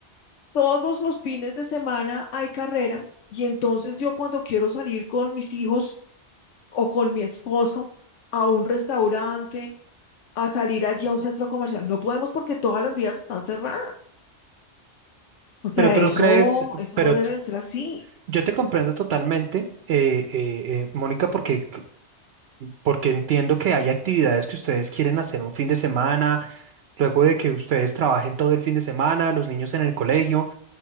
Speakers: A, on the left; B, on the right.
A: Todos los fines de semana hay carrera y entonces yo cuando quiero salir con mis hijos o con mi esposo a un restaurante, a salir allí a un centro comercial, no podemos porque todas las vías están cerradas. O sea,
B: Pero tú
A: eso,
B: no crees,
A: eso
B: pero
A: no debe
B: tú-
A: de ser así.
B: yo te comprendo totalmente, eh, eh, eh, Mónica, porque porque entiendo que hay actividades que ustedes quieren hacer un fin de semana, luego de que ustedes trabajen todo el fin de semana, los niños en el colegio,